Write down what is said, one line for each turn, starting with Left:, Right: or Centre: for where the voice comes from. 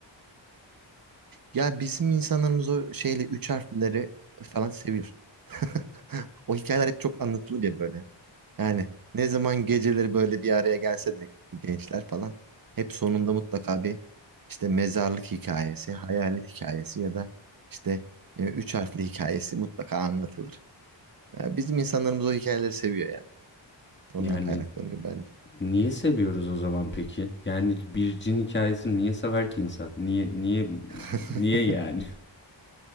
Right: Ya bizim insanlarımız o şeyle üç harfleri falan seviyor. <laughs> O hikayeler hep çok anlatılır ya böyle. Yani ne zaman geceleri böyle bir araya gelse de gençler falan hep sonunda mutlaka bir işte mezarlık hikayesi, hayalet hikayesi ya da işte e, üç harfli hikayesi mutlaka anlatılır. Ya bizim insanlarımız o hikayeleri seviyor ya. Ondan
Left: Yani
Right: kaynaklanıyor bence.
Left: Niye seviyoruz o zaman peki? Yani bir cin hikayesini niye sever ki insan? Niye niye
Right: <laughs>
Left: niye yani?